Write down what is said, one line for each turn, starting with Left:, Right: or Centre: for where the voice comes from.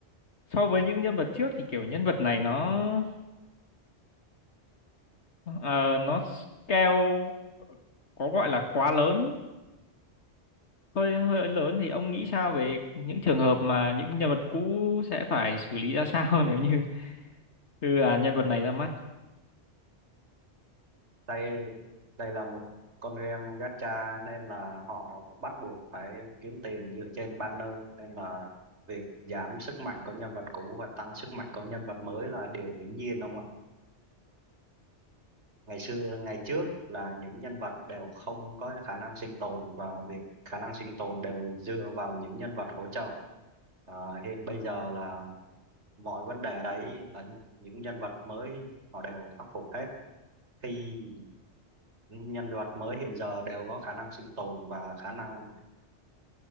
Left: so với những nhân vật trước thì kiểu nhân vật này nó ờ, nó scale có gọi là quá lớn hơi hơi lớn thì ông nghĩ sao về những trường hợp mà những nhân vật cũ sẽ phải xử lý ra sao <laughs> nếu như đưa à, nhân vật này ra mắt
Right: Đây đây là một con game gacha nên là họ bắt buộc phải kiếm tiền dựa trên banner nên là việc giảm sức mạnh của nhân vật cũ và tăng sức mạnh của nhân vật mới là điều hiển nhiên ông ạ. Ngày xưa ngày trước là những nhân vật đều không có khả năng sinh tồn và việc khả năng sinh tồn đều dựa vào những nhân vật hỗ trợ. Ờ, hiện bây giờ là mọi vấn đề đấy và những nhân vật mới họ đều khắc phục hết khi những nhân vật mới hiện giờ đều có khả năng sinh tồn và khả năng